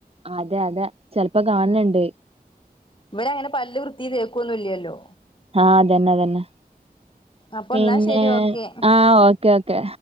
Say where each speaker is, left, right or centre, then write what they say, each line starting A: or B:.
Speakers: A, on the right; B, on the left.
A: അതെ അതെ ചെലപ്പൊ കാൺണ്ണ്ണ്ട്
B: ഉം ഇവരങ്ങനെ പല്ല് വൃത്തീ തേക്കൊന്നും ഇല്ല്യല്ലോ
A: ആഹ് അതെന്നതെന്നെ
B: അപ്പൊ
A: പിന്നെ
B: എന്നാ ശരി ഓക്കെ
A: ആഹ് ഓക്കേ ഓക്കേ